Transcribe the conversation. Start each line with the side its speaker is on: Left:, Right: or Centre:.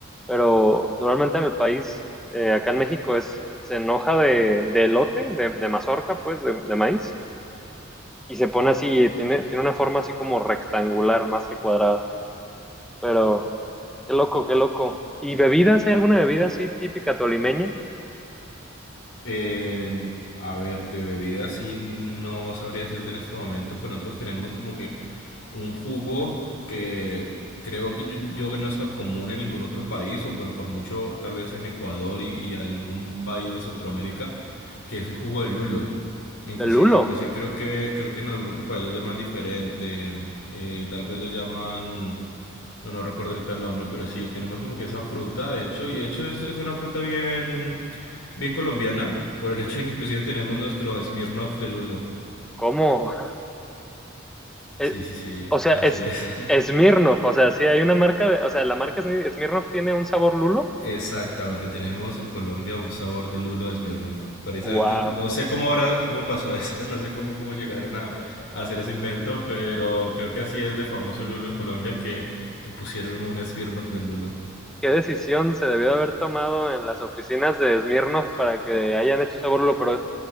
Centre: pero normalmente en el país, eh, acá en México, es, es en hoja de, de elote, de, de mazorca, pues, de, de maíz, y se pone así, tiene, tiene una forma así como rectangular más que cuadrada. Pero, qué loco, qué loco. ¿Y bebidas? ¿Hay alguna bebida así típica tolimeña?
Left: Eh, a ver, de bebida sí no sabría decirte en este momento, pero nosotros tenemos como que un jugo que creo que yo, yo que no es tan común en ningún otro país, o bueno, por mucho tal vez en Ecuador y, y algún país de Centroamérica, que es el jugo de lulo. Inclusive,
Centre: del lulo.
Left: inclusive creo que, creo que en algún otro país lo llaman diferente, eh, tal vez lo llaman... No, no recuerdo ahorita el nombre, pero sí, tenemos como que esa fruta, de hecho, y de hecho es, es una fruta bien, Bien colombiana, por el hecho de que inclusive tenemos nuestro Smirnoff de lulo.
Centre: ¿Cómo? <laughs>
Left: Sí,
Centre: Eh,
Left: sí, sí,
Centre: o sea,
Left: así
Centre: es
Left: es.
Centre: Smirnoff, o sea, sí hay una marca, de- o sea, la marca Smi- Smirnoff tiene un sabor lulo.
Left: <laughs> Exactamente, tenemos en Colombia un sabor de lulo de Smirnoff. Precisamente,
Centre: Wow.
Left: no sé cómo ahora, cómo pasó eso, <laughs> no sé cómo, cómo llegaron a, a hacer ese invento, pero creo que así es de famoso lulo en Colombia que, que pusieron un Smirnoff de lulo.
Centre: ¿Qué decisión se debió de haber tomado en las oficinas de Smirnoff para que hayan hecho sabor lulo? Pero